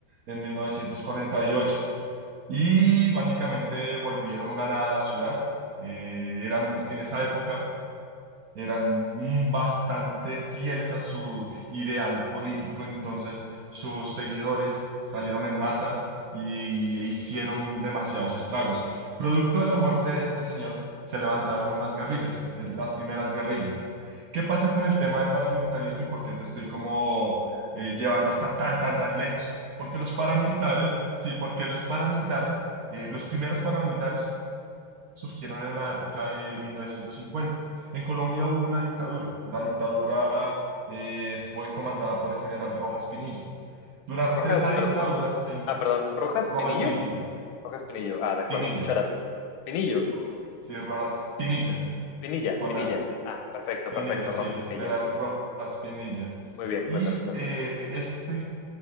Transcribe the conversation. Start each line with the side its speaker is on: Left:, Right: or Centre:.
Right: en 1948. Y ocho. Y básicamente volvieron una nada a la ciudad. Eh, eran en esa época eran bastante fieles a su ideal político, entonces sus seguidores salieron en masa y e hicieron demasiados estragos. Producto de la muerte de este señor, se levantaron unas guerrillas, eh, las primeras guerrillas. ¿Qué pasa con el tema del paramilitarismo y por qué te estoy como eh, llevando hasta tan, tan, tan lejos? Porque los paramilitares, sí, porque los paramilitares, eh, los primeros paramilitares surgieron en la época de mil novecientos cincuenta En Colombia hubo una dictadura. La dictadura eh, fue comandada por el general Rojas Pinilla. Durante
Left: Rojas,
Right: esa
Left: perdón.
Right: dictadura se int-
Left: Ah, perdón. Rojas
Right: Rojas
Left: Pinillo.
Right: Pinilla,
Left: Rojas Pinillo. Ah, de acuerdo.
Right: Pinilla,
Left: Muchas gracias. Pinillo.
Right: Ro- sí, Rojas Pinilla,
Left: Pinilla.
Right: con
Left: Pinilla.
Right: A,
Left: Ah, perfecto,
Right: Pinilla,
Left: perfecto. Rojas
Right: sí, el
Left: Pinilla.
Right: general Rojas Pinilla.
Left: Muy bien.
Right: Y
Left: Cuéntame, cuéntame.
Right: eh, este